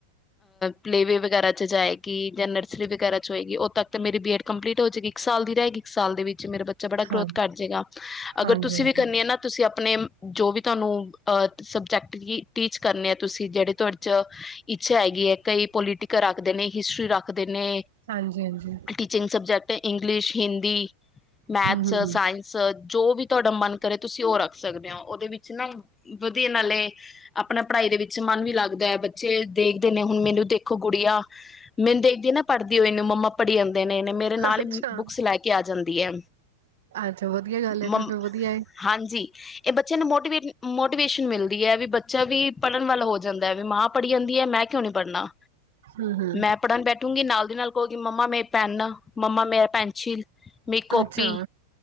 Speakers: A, on the left; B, on the right.
A: ਪਲੇ ਵੇ ਵਗੈਰਾ ਜਾਏਗੀ ਜਾਂ ਨਰਸਰੀ ਵਗੈਰਾ 'ਚ ਹੋਏਗੀ ਉਦੋਂ ਤੱਕ ਤਾਂ ਮੇਰੀ ਬੀ ਐਡ ਕੰਪਲੀਟ ਹੋਜੇਗੀ ਇੱਕ ਸਾਲ ਦੀ ਰਹਿਗੀ ਇੱਕ ਸਾਲ ਦੇ ਵਿੱਚ ਮੇਰੇ ਬੱਚੇ ਬੜਾ
B: ਹਾਂ
A: ਗਰੋਥ ਕਰ ਜੇਗਾ। ਅਗਰ
B: ਹਾਂਜੀ
A: ਤੁਸੀਂ
B: ਹਾਂਜੀ
A: ਵੀ ਕਰਨੀ ਆ ਨਾ ਤੁਸੀਂ ਆਪਣੇ ਜੋ ਵੀ ਤੁਹਾਨੂੰ ਸਬਜੈਕਟ ਕੀ ਟੀਚ ਕਰਨੇ ਆ ਤੁਸੀਂ ਜਿਹੜੇ ਤੁਹਾਡੇ ', ਇੱਛਾ ਹੈਗੀ ਏ ਕਈ ਪੋਲੀਟੀਕਲ ਰੱਖਦੇ ਨੇ ਹਿਸਟਰੀ ਰੱਖਦੇ ਨੇ,
B: ਹਾਂਜੀ ਹਾਂਜੀ
A: ਟੀਚਿੰਗ ਸਬਜੈਕਟ ਕਈ ਇੰਗਲਿਸ਼, ਹਿੰਦੀ ਮੈਥਸ,
B: ਹੂੰ ਹੂੰ ਹੂੰ
A: ਸਾਇੰਸ ਜੋ ਵੀ ਤੁਹਾਡਾ ਮਨ ਕਰੇ ਤੁਸੀਂ ਉਹ ਰੱਖ ਸਕਦੇ ਹੋ। ਉਹਦੇ ਵਿੱਚ ਨਾ ਵਧੀਆ ਨਾਲੇ, ਆਪਣਾ ਪੜ੍ਹਾਈ ਦੇ ਵਿੱਚ ਮਨ ਵੀ ਲੱਗਦਾ ਹੈ ਬੱਚੇ ਦੇਖਦੇ ਨੇ ਹੁਣ ਮੈਨੂੰ ਦੇਖੋ ਗੁਡੀਆ, ਮੈਨੂੰ ਦੇਖਦੀ ਨਾ ਪੜ੍ਹਦੀ ਹੋਈ ਨੂੰ ਮੰਮਾ ਪੜ੍ਹੀ ਜਾਂਦੇ ਨੇ ਮੇਰੇ ਨਾਲ
B: ਅੱਛਾ
A: ਹੀ, ਬੁੱਕਸ ਲੈ ਕੇ ਆ ਜਾਂ ਦੀ ਹੈ।
B: ਅੱਛਾ ਵਧੀਆ ਗੱਲ ਏ ਫਿਰ
A: ਮੰ
B: ਤੇ ਵਧੀਆ ਏ।
A: ਹਾਂਜੀ ਇਹ ਬੱਚਿਆਂ ਨੂੰ ਮੋਟੀਵੇਟ ਮੋਟੀਵੇਸ਼ਨ ਮਿਲਦੀ ਹੈ ਵੀ ਬੱਚਾ ਵੀ ਪੜ੍ਹਨ ਵੱਲ ਹੋ ਜਾਂਦਾ ਵੀ ਮਾਂ ਪੜ੍ਹੀ ਜਾਂਦੀ ਹੈ ਮੈਂ ਕਿਉਂ ਨੀ ਪੜ੍ਹਨਾ।
B: ਹੂੰ ਹੂੰ
A: ਮੈਂ ਪੜ੍ਹਨ ਬੈਠੂਗੀ ਨਾਲ ਉਹਦੇ ਨਾਲ ਕੋ ਗੀ ਮੰਮਾ ਮੇਰੀ ਪੈਨ, ਮੰਮਾ ਮੇਰਾ ਪੈਨਸਿਲ। ਮੇਰੀ ਕਾਪੀ
B: ਅੱਛਾ,